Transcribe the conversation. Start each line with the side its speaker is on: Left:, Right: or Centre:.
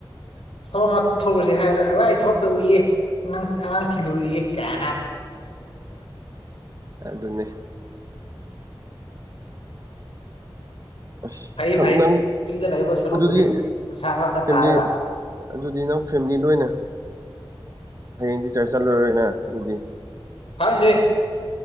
Left: ꯊꯕꯛ ꯑꯃ ꯊꯣꯛꯑꯨꯁꯦ ꯍꯥꯏꯕꯗ ꯚꯥꯏ ꯊꯕꯛ ꯇꯧꯔꯤꯌꯦ ꯑꯉꯥꯡ ꯊꯤꯜꯂꯨꯔꯛꯏ ꯀ
Right: ꯑꯗꯨꯅꯦ ꯑꯁ
Left: ꯐꯩ ꯐꯩ
Right: ꯅꯪ
Left: ꯐ꯭ꯔꯤꯗ ꯂꯩꯕ ꯁꯔꯨꯛꯄꯨꯗꯤ
Right: ꯑꯗꯨꯗꯤ
Left: ꯄꯩꯁꯥ ꯈꯔ ꯈꯔ
Right: ꯐꯦꯃꯤꯂꯤ
Left: ꯇꯥꯜꯂꯒ
Right: ꯑꯗꯨꯗꯤ ꯅꯪ ꯐꯦꯃꯤꯂꯤ ꯂꯣꯏꯅ ꯍꯌꯦꯡ ꯆ꯭ꯔꯁ ꯆꯠꯂꯔꯣꯏꯅ ꯑꯗꯨꯗꯤ
Left: ꯍꯗꯦ